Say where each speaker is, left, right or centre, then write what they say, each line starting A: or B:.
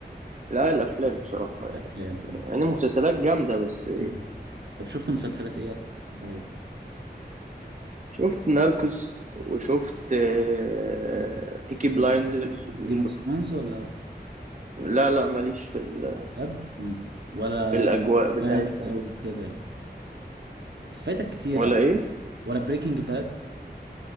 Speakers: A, on the right; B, on the right.
A: لا الافلام بصراحه يعني,
B: الافلام مم.
A: يعني المسلسلات جامده بس
B: مم. طب شفت مسلسلات ايه طيب
A: شفت ناركوس وشفت آه،
B: شفت
A: بيكي بلايندرز
B: جيم
A: وشو...
B: جيم اوف ثرونز ولا لأ؟
A: لا لا ماليش في, ال...
B: بجد مم. ولا
A: في الأجواء بتاعتها
B: باد او
A: دي
B: كده يعني بس فايتك كتير
A: ولا
B: يعني
A: إيه
B: ولا بريكنج باد